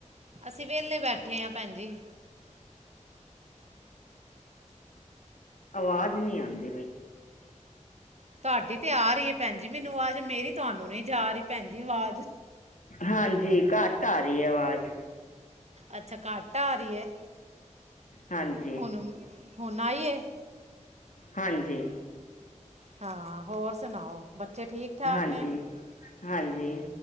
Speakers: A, on the right; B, on the left.
A: ਅਸੀਂ ਵਿਹਲੇ ਬੈਠੇ ਹ ਭੈਣ ਜੀ।
B: ਆਵਾਜ਼ ਨਹੀਂ ਆਉਂਦੀ ਪਈ।
A: ਤੁਹਾਡੀ ਤੇ ਆ ਰਹੀ ਹੈ ਭੈਣ ਜੀ ਮੈਨੂੰ ਆਵਾਜ਼ ਮੇਰੀ ਤੁਹਾਨੂੰ ਨਹੀਂ ਜਾ ਰਹੀ ਭੈਣੀ ਆਵਾਜ਼।
B: ਹਾਂਜੀ ਘੱਟ ਆ ਰਹੀ ਹੈ ਆਵਾਜ਼
A: ਅੱਛਾ ਘੱਟ ਆ ਰਹੀ ਹੈ
B: ਹਾਂਜੀ
A: ਹੁਣ ਹੋਣ ਆਈ ਹੈ।
B: ਹਾਂਜੀ।
A: ਹਾਂ ਹੋਰ ਸੁਣਾਓ? ਬੱਚੇ ਠੀਕ ਠਾਕ
B: ਹਾਂਜੀ-ਹਾਂਜੀ
A: ਨੇ